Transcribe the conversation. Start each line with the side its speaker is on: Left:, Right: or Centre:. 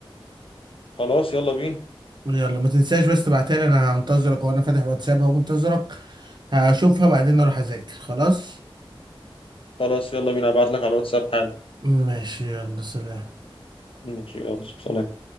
Left: خلاص يلا بينا
Right: يلا ما تنساش بس تبعتها لي انا هنتظرك وانا فاتح واتساب اهو منتظرك هشوفها بعدين اروح اذاكر خلاص
Left: خلاص يلا بينا هبعت لك على الواتساب حالا
Right: ماشي يلا سلام
Left: ماشي يلا سلام